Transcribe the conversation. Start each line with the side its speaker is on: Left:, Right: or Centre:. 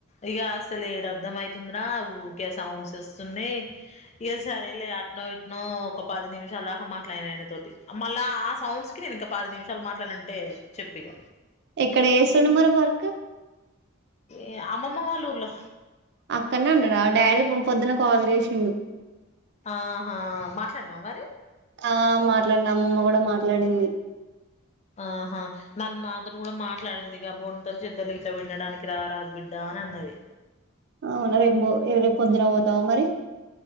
Left: ఇక అసలుడు అర్ధం అవుతుందిరా ఊరికే సౌండ్స్ ఇస్తున్నా, ఇ సరే లే అట్నో ఇట్నో ఒక పది నిమిషాలు దాకా మాట్లాడిన ఆయన తోటి, మళ్ళా ఆ సౌండ్స్ కి నేను ఇంక పాది నిమిషాలు మాట్లాడిన అంటే చెప్పి ఇక
Right: ఇక్కడ ఏసుడుమరి వర్క్
Left: ఏ అమ్మమ్మ వాళ్ళ ఊర్లో
Right: అక్కడనే అన్నాడు ఆ డాడీ పొద్దున్న కాల్ చేసిండు
Left: ఆహా మాట్లాడునావ మరి
Right: ఆ మాట్లాడనము అమ్మమ్మ కూడా మాట్లాడింది
Left: ఆహా నన్ను నాతోను కూడా మాట్లాడిందిగా బంటలు చెద్దల గిత వినడానికి రా రాదు బిడ్డ అని అన్నది
Right: అవునా రేపు రేపు పొద్దున పోతావా మరి